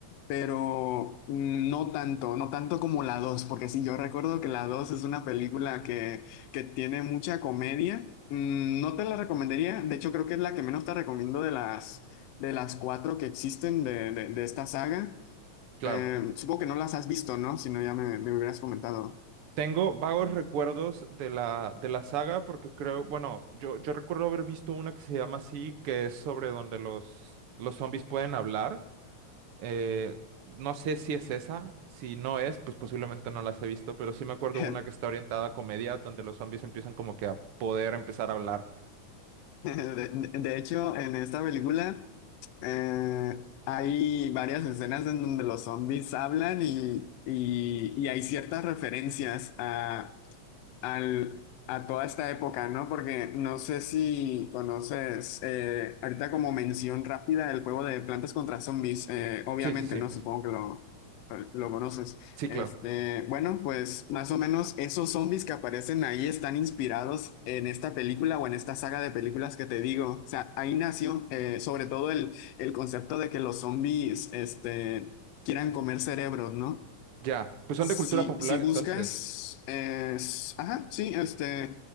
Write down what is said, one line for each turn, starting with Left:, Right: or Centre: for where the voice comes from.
Left: pero mm, no tanto, no tanto como la 2 porque sí, yo recuerdo que la 2 es una película que, que tiene mucha comedia. Mm, No te la recomendaría, de hecho creo que es la que menos te recomiendo de las, de las cuatro que existen de, de, de esta saga.
Right: claro.
Left: Eh, supongo que no las has visto, ¿no? Si no, ya me, me hubieras comentado.
Right: Tengo vagos recuerdos de la, de la saga porque creo, bueno, yo, yo recuerdo haber visto una que se llama así, que es sobre donde los, los zombies pueden hablar. Eh, no sé si es esa, si no es, pues posiblemente no las he visto, pero sí me acuerdo
Left: <laughs>
Right: una que está orientada a comedia, donde los zombies empiezan como que a poder empezar a hablar.
Left: <laughs> De, de hecho, en esta película eh, hay varias escenas en donde los zombies hablan y, y- y hay ciertas referencias a, al, a toda esta época, ¿no? Porque no sé si conoces, eh, ahorita como mención rápida, el juego de Plantas contra Zombies, eh, obviamente,
Right: Sí, sí, sí.
Left: ¿no? Supongo que lo, lo conoces.
Right: Sí,
Left: Este,
Right: claro.
Left: bueno, pues más o menos esos zombies que aparecen ahí están inspirados en esta película o en esta saga de películas que te digo. O sea, ahí nació, eh, sobre todo el, el concepto de que los zombies, este, quieran comer cerebros, ¿no?
Right: Ya. Pues son
Left: Si,
Right: de cultura popular
Left: si buscas,
Right: entonces.
Left: es, ajá, sí, este,